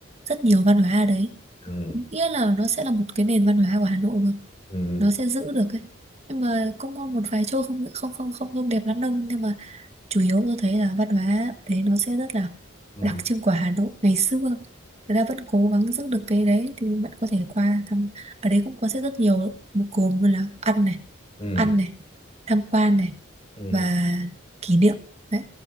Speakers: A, on the right; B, on the left.
A: rất nhiều văn hóa ở đấy.
B: ừ
A: Nghĩa là nó sẽ là một cái nền văn hóa của Hà Nội luôn.
B: ừ
A: Nó sẽ giữ được ấy. Nhưng mà cũng có một vài chỗ không không không không không đẹp lắm đâu. Nhưng mà chủ yếu tôi thấy là văn hóa đấy nó sẽ rất là
B: ừ
A: đặc trưng của Hà Nội ngày xưa người ta vẫn cố gắng giữ được cái đấy thì bạn có thể qua thăm ở đấy cũng có sẽ rất nhiều một gồm như là ăn này
B: ừ,
A: ăn này tham quan này
B: ừ.
A: và kỷ niệm đấy